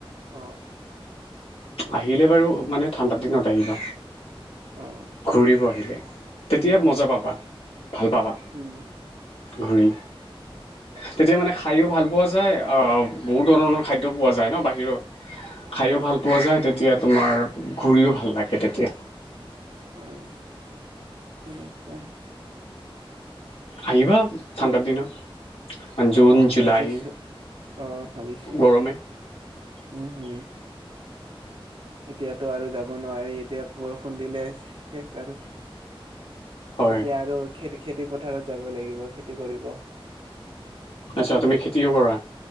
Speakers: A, on the right; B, on the left.
A: অ সেইটোৱে
B: আহিলে বাৰু মানে ঠাণ্ডা দিনত আহিবা।
A: অ
B: ঘূৰিব আহিলে তেতিয়া
A: উম হম
B: মজা পাবা ভাল পাবা
A: উম
B: ঘূৰি তেতিয়া মানে খায়ো ভাল পোৱা যায় বহুত ধৰণৰ ধৰণৰ খাদ্য পোৱা যায় ন বাহিৰত খাইো
A: হয়
B: ভাল
A: হয়
B: পোৱা যায় তেতিয়া তোমাৰ ঘূৰিও ভাল লাগে তেতিয়া
A: হয় তেনেকুৱাই
B: আহহিবা ঠাণ্ডা দিনত জুন
A: আহ
B: জুলাইতো
A: ভাবিছো আহ ভাবিছো
B: গৰমে
A: উম হম এতিয়াতো আৰু যাব নোৱাৰি এতিয়া বৰষুণ দিলে শেষ আৰু
B: হয়
A: এতিয়া আৰু খে খেতি পথাৰত যাব লাগিব খেতি কৰিব
B: আচ্ছা তুমি খেতিও কৰা